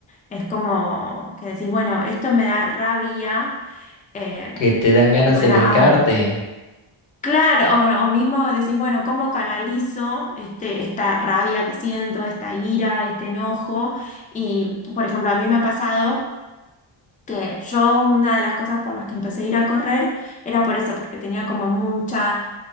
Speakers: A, on the left; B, on the left.
A: Es como que decís, bueno, esto me da rabia, eh,
B: que te dan ganas
A: bueno,
B: de vengarte.
A: ah. Claro, o, o mismo decís, bueno, ¿cómo canalizo este, esta rabia que siento, esta ira, este enojo? Y, por ejemplo, a mí me ha pasado que yo una de las cosas por las que empecé a ir a correr era por eso, porque tenía como mucha,